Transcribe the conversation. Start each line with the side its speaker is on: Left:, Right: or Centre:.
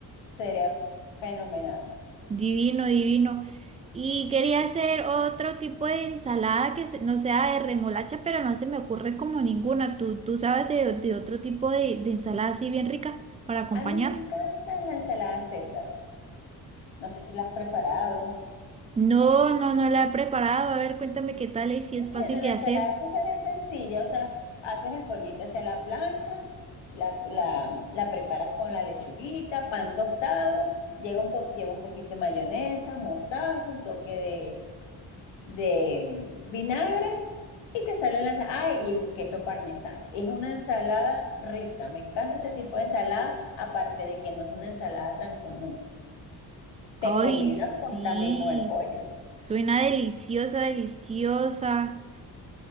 Left: sería fenomenal.
Right: Divino, divino. Y quería hacer otro tipo de ensalada que se- no sea de remolacha, pero no se me ocurre como ninguna. ¿Tú, tú sabes de, de otro tipo de, de ensalada así bien rica para acompañar?
Left: A mí me encanta la ensalada César. No sé si la has preparado.
Right: No, no, no la he preparado. A ver, cuéntame qué tal y si
Left: Bueno,
Right: es fácil
Left: la
Right: de hacer.
Left: ensalada César es sencilla, o sea, haces el pollito hacia la plancha, la, la- la preparas con la lechuguita, pan tostado, llega un po- lleva un poquito de mayonesa, mostaza, un toque de mm, vinagre y te sale la ensalada. Ah, y queso parmesano. Es una ensalada rica. Me encanta ese tipo de ensalada, aparte de que no es una ensalada tan común.
Right: Ay,
Left: Te combina
Right: sí.
Left: con- también con el pollo.
Right: Suena deliciosa, deliciosa.